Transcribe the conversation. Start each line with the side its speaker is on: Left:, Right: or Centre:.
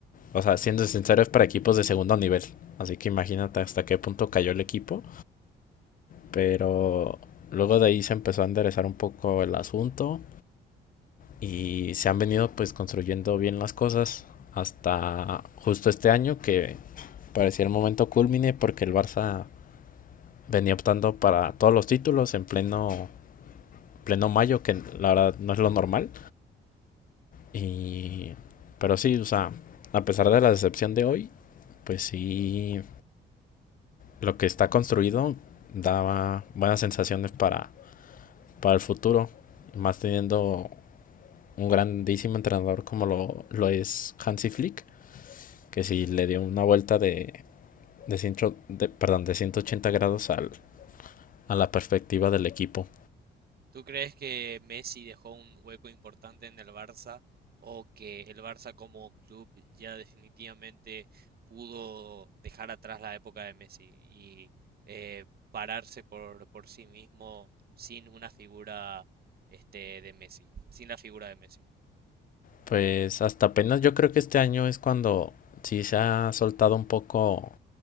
Left: O sea, siendo sincero, es para equipos de segundo nivel. Así que imagínate hasta qué punto cayó el equipo. Pero luego de ahí se empezó a enderezar un poco el asunto. Y se han venido pues construyendo bien las cosas. Hasta justo este año que parecía el momento culmine porque el Barça venía optando para todos los títulos en pleno, pleno mayo, que la verdad no es lo normal. Y, pero sí, o sea, a pesar de la decepción de hoy, pues sí lo que está construido daba buenas sensaciones para, para el futuro. Más teniendo un grandísimo entrenador como lo, lo es Hansi Flick, que sí le dio una vuelta de, de, ciento, de, perdón, de 180 grados al, a la perspectiva del equipo.
Right: ¿Tú crees que Messi dejó un hueco importante en el Barça o que el Barça como club ya definitivamente pudo dejar atrás la época de Messi y eh, pararse por, por sí mismo sin una figura este, de Messi, sin la figura de Messi?
Left: Pues hasta apenas yo creo que este año es cuando sí se ha soltado un poco